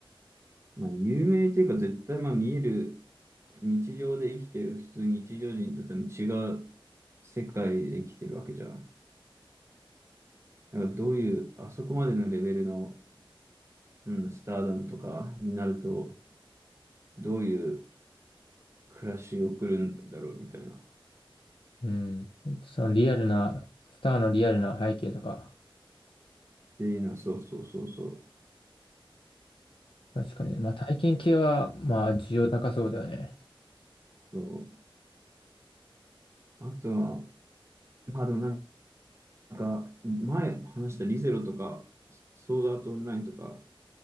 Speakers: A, on the right; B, on the left.
A: まあ、有名っていうか絶対まあ見える、日常で生きてる普通日常人とでも違う世界で生きてるわけじゃん。だからどういう、あそこまでのレベルの、うん、スターダムとかになると、どういう暮らしを送るんだろうみたいな。っ
B: うん。そのリアルな、スターのリアルな背景とか。
A: ていうのは、そうそうそうそう。
B: 確かにね。まあ体験系は、まあ需要高そうだよね。
A: そう。あとは、まあでもなんか、前話したリゼロとか、ソードアートオンラインとか